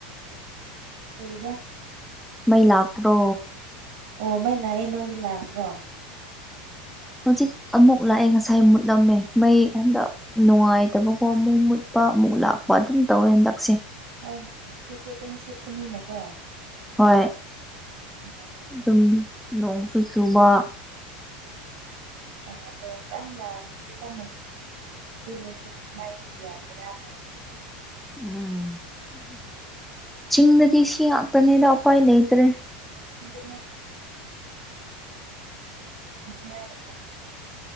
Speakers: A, on the right; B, in the centre.
A: ꯀꯩ ꯍꯥꯏꯕ
B: ꯃꯩ ꯂꯥꯛꯄ꯭ꯔꯣ
A: ꯑꯣ ꯃꯩꯂꯥꯛꯑꯦ ꯅꯣꯏꯗꯤ ꯂꯥꯛꯇ꯭ꯔꯣ
B: ꯍꯧꯖꯤꯛ ꯑꯃꯨꯛ ꯂꯛꯑꯦ ꯉꯁꯥꯏ ꯃꯨꯠꯂꯝꯃꯦ ꯃꯩ ꯍꯟꯗꯛ ꯅꯨꯡꯉꯥꯏꯇꯕꯀꯣ ꯑꯃꯨꯛ ꯃꯨꯠꯄ ꯑꯃꯨꯛ ꯂꯥꯛꯄ ꯑꯗꯨꯝ ꯇꯧꯋꯦ ꯍꯟꯗꯛꯁꯦ
A: ꯍꯣꯏ ꯅꯨꯡꯁꯤꯠꯁꯨ ꯑꯗꯨꯝ ꯁꯤꯠꯄꯅꯤꯅꯀꯣ
B: ꯍꯣꯏ
A: ꯑꯩꯈꯣꯏꯗꯗꯤ
B: ꯑꯗꯨꯝ ꯅꯣꯡꯁꯨ ꯆꯨꯕ
A: ꯑ ꯅꯣꯡ ꯀꯥꯟꯅ ꯅꯨꯡꯁꯤꯠ ꯀꯥꯟꯅ ꯁꯤꯠꯂꯁꯨ ꯃꯩꯗꯤ <unintelligible>
B: ꯎꯝ ꯆꯤꯡꯗꯗꯤ ꯁꯤ ꯉꯥꯛꯇꯅꯦꯗ ꯎꯄꯥꯏ ꯂꯩꯇ꯭ꯔꯦ
A: ꯑꯗꯨꯅꯦ ꯑꯗꯨꯃꯥꯏꯅ ꯇꯧꯋꯤ